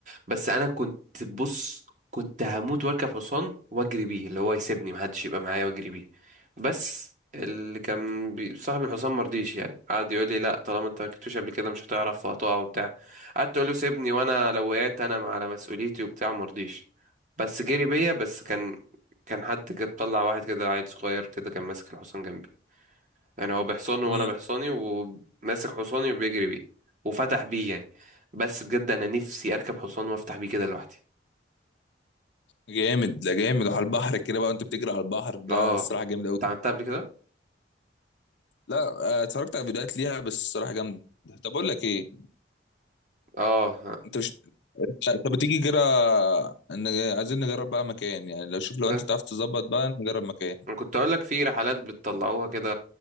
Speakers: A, on the right; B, on the left.
A: بس انا كنت بص كنت هموت واركب حصان واجري بيه اللي هو يسيبني محدش يبقى معايا واجري بيه بس اللي كان بي... صاحب الحصان مرضيش يعني قعد يقول لي لا طالما انت مركبتوش قبل كده مش هتعرف وهتقع وبتاع قعدت اقول له سيبني وانا لو وقعت انا على مسؤوليتي وبتاع مرضيش بس جري بيا بس كان كان حد كده طلع واحد كده عيل صغير كده كان ماسك الحصان جنبي يعني هو بحصانه
B: امم
A: وانا بحصاني وماسك حصاني وبيجري بيه وفتح بيه يعني بس بجد انا نفسي اركب حصان وافتح بيه كده لوحدي
B: جامد لا جامد وعلى البحر كده بقى انت بتجري على البحر
A: اه
B: لا الصراحه جامد قوي
A: انت عملتها قبل كده
B: لا آه، اتفرجت على فيديوهات ليها بس الصراحه جامده طب اقول لك ايه
A: اه
B: انت مش طب تيجي كده ان عايزين نجرب بقى مكان يعني لو شوف لو انت
A: كنت
B: تعرف تظبط بقى نجرب مكان
A: كنت اقول لك في رحلات بتطلعوها كده